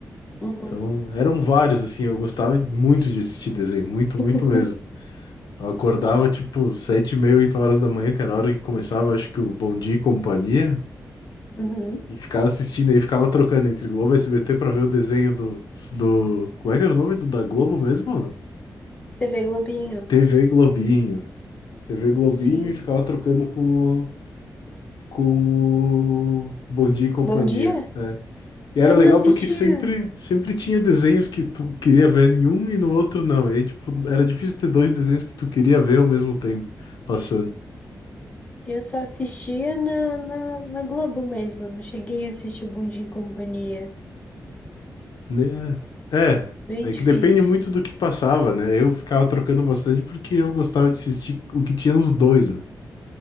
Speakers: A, on the left; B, on the left.
A: Uhum.
B: Então, eram vários, assim, eu gostava muito de assistir desenho, muito,
A: <laughs>
B: muito mesmo. Eu acordava, tipo, sete e meia, oito horas da manhã, que era a hora que começava, acho que o Bom Dia e Companhia,
A: Uhum.
B: e ficava assistindo aí, ficava trocando entre Globo e SBT pra ver o desenho do, do... Como é que era o nome do, da Globo mesmo?
A: TV Globinho.
B: TV Globinho. TV Globinho
A: Sim.
B: e ficava trocando com, com o Bom Dia e Companhia,
A: Bom dia?
B: né? E era
A: Eu
B: legal
A: não assistia.
B: porque sempre, sempre tinha desenhos que tu queria ver em um e no outro não. E aí, tipo, era difícil ter dois desenhos que tu queria ver ao mesmo tempo passando.
A: Eu só assistia na, na, na Globo mesmo, não cheguei a assistir o Bom Dia e Companhia.
B: Né? É,
A: Bem
B: é
A: difícil.
B: que depende muito do que passava, né? Eu ficava trocando bastante porque eu gostava de assistir o que tinha nos dois, né?